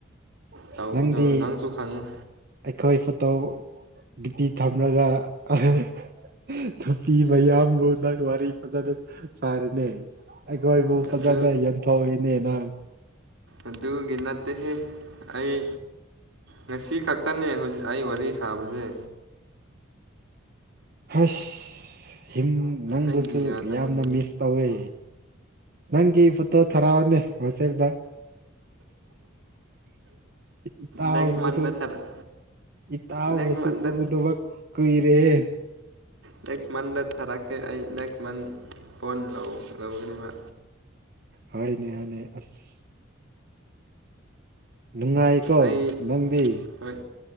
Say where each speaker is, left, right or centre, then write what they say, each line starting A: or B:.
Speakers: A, on the right; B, on the right.
A: ꯑꯁ
B: ꯇꯧꯕꯗꯣ
A: ꯅꯪꯗꯤ
B: ꯅꯪꯁꯨ ꯈꯪꯉꯨ
A: ꯑꯩꯈꯣꯏ ꯐꯣꯇꯣ ꯗꯤꯄꯤ ꯊꯝꯔꯒ ꯑꯍꯥ ꯍꯥ ꯅꯨꯄꯤ ꯃꯌꯥꯝꯕꯨ ꯅꯪ ꯋꯥꯔꯤ ꯐꯖꯅꯥ ꯁꯥꯔꯦꯅꯦ ꯑꯩꯈꯣꯏꯕꯨ
B: ꯑꯗꯨ
A: ꯐꯖꯅ ꯌꯣꯟꯊꯣꯛꯌꯦꯅꯦ ꯅꯪ
B: ꯑꯗꯨꯒꯤ ꯅꯠꯇꯦꯍꯦ ꯑꯩ ꯉꯁꯤ ꯈꯛꯇꯅꯦ ꯍꯧꯖꯤ ꯑꯩ ꯋꯥꯔꯤ ꯁꯥꯕꯁꯦ
A: ꯍꯁ ꯍꯤꯝ ꯅꯪꯕꯨꯁꯨ
B: ꯑꯩꯒꯤ ꯌꯥꯗꯕꯒꯤ
A: ꯌꯥꯝꯅ ꯃꯤꯁ ꯇꯧꯔꯦ ꯅꯪꯒꯤ ꯐꯣꯇꯣ ꯊꯥꯔꯛꯑꯣꯅꯦ ꯋꯥꯆꯦꯞꯗ ꯏꯇꯥꯎꯕꯨꯁꯨ
B: ꯅꯦꯛꯁ ꯃꯟꯗ ꯊꯥꯔꯛ
A: ꯏꯇꯥꯥꯎꯕꯨꯁꯨ
B: ꯅꯦꯛꯁ ꯃꯟꯗ
A: ꯎꯗꯕ ꯀꯨꯏꯔꯦꯍꯦ
B: ꯅꯦꯛꯁ ꯃꯟꯗ ꯊꯥꯔꯛꯀꯦ ꯑꯩ ꯅꯦꯛꯁ ꯃꯟ ꯐꯣꯟ ꯂꯧ ꯂꯧꯒꯅꯤꯕ
A: ꯍꯣꯏꯅꯦ ꯍꯣꯏꯅꯦ ꯑꯁ ꯅꯨꯡꯉꯥꯏꯀꯣ
B: ꯑꯩ
A: ꯅꯪꯗꯤ
B: ꯍꯣꯏ